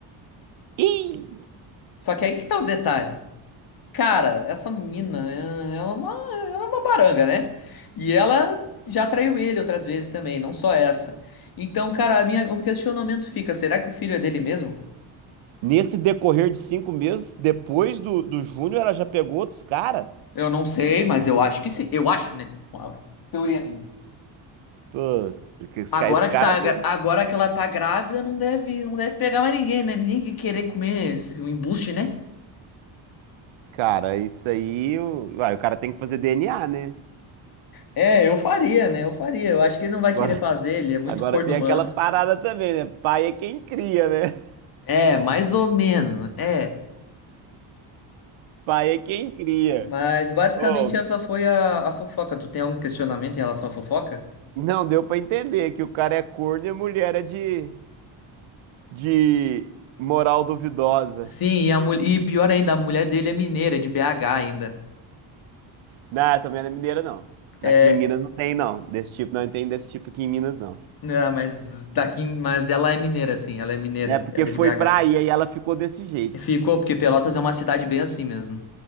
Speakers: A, on the right (about 85°); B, on the left (about 50°).
A: Ih!
B: Só que aí que tá o detalhe. Cara, essa mina, é- ela é uma, ela é uma baranga, né? E ela já traiu ele outras vezes também, não só essa. Então, cara, a minha, o meu questionamento fica: será que o filho é dele mesmo?
A: Nesse decorrer de cinco meses, depois do, do Júnior, ela já pegou outros caras.
B: Eu não sei, mas eu acho que sim. Eu acho, né? Uma Teoria minha.
A: Pô, porque esse
B: Agora
A: ca- esse
B: que
A: cara
B: tá,
A: tem.
B: gra- agora que ela tá grávida, não deve, não deve pegar mais ninguém, né? Ninguém que querer comer esse o embuste, né?
A: Cara, isso aí. o- Uai, o cara tem que fazer DNA, né?
B: É, eu faria, né? Eu faria. Eu acho que ele não vai
A: Agora,
B: querer fazer, ele é muito
A: Agora
B: corno
A: tem
B: manso.
A: aquela parada também, né? Pai é quem cria, né?
B: É, mais ou menos. né? É.
A: Pai é quem cria.
B: Mas basicamente
A: Oh,
B: essa foi a, a fofoca. Tu tem algum questionamento em relação à fofoca?
A: não deu pra entender que o cara é corno e a mulher é de, de moral duvidosa.
B: Sim, e, a, mul- e pior ainda, a mulher dele é mineira, de BH ainda.
A: Não, essa mulher não é mineira, não.
B: É,
A: Aqui em Minas não tem, não. Desse tipo, não tem desse tipo aqui em Minas, não.
B: não, mas daqui, mas ela é mineira, sim, ela é mineira,
A: Né? Porque
B: ela
A: foi
B: é de BH.
A: pra aí, aí ela ficou desse jeito.
B: Ficou, porque Pelotas é uma cidade bem assim mesmo.